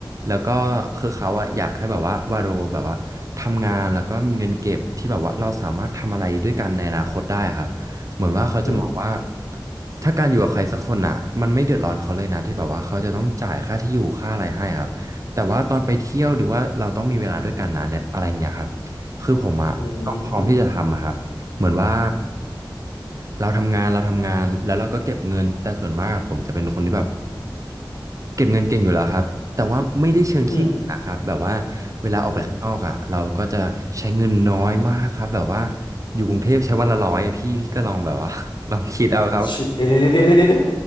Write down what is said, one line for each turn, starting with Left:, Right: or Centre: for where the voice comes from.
Right: แล้วก็คือเขาอะอยากให้แบบว่าวาโรแบบว่าทำงานแล้วก็มีเงินเก็บที่แบบว่าเราสามารถทำอะไรด้วยกันในอนาคตได้ครับเหมือนว่าเขาจะมองว่า
Left: อืม
Right: ถ้าการอยู่กับใครสักคนอะมันไม่เดือดร้อนเขาเลยนะที่แบบว่าเขาจะต้องจ่ายค่าที่อยู่ค่าอะไรให้ครับแต่ว่าตอนไปเที่ยวหรือว่าเราต้องมีเวลาด้วยกันนะเนี่ยอะไรอย่างเงี้ยครับ คือผมอะต้องพร้อมที่จะทำอะครับเหมือนว่า
Left: อืม
Right: เราทำงานเราทำงานแล้วเราก็เก็บเงินแต่ส่วนมากอะผมจะเป็นคนที่แบบเก็บเงินเก่งอยู่แล้วครับแต่ว่าไม่ได้เชิงขี้เหนียวนะครับแบบว่าเวลาออกไปข้างนอกอะเราก็จะใช้เงินน้อยมากครับแบบว่า
Left: อืมอืม
Right: อยู่กรุงเทพใช้วันละร้อยอะพี่พี่ก็ลองแบบว่า <laughs> ลองคิดเอาครับ
Left: ชิเดี๋ยวเดี๋ยวเดี๋ยวเดี๋ยวเดี๋ยว